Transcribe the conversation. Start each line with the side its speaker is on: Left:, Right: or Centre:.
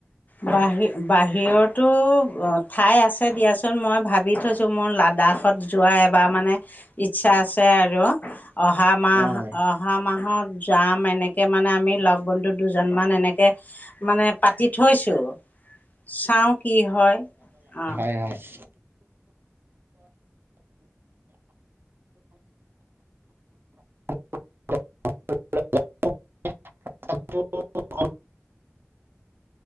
Left: বাহিৰ বাহিৰতো ঠাই আছে দিয়াচোন মই ভাবি থৈছোঁ মোৰ লাডাখত যোৱা এবাৰ মানে ইচ্ছা আছে আৰু অহা মাহ
Right: হয়
Left: অঁ। অহা মাহত যাম এনেকৈ মানে আমি লগ বন্ধু দুজনমান এনেকে। মানে পাতি থৈছো চাওঁ কি হঁয় অঁ।
Right: হে গাইছ <inaudible>